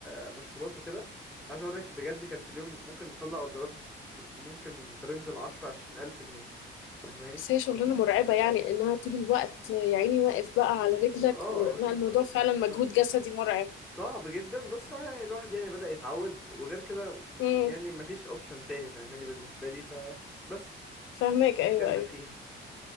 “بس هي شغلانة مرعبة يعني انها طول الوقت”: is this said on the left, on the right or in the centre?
Left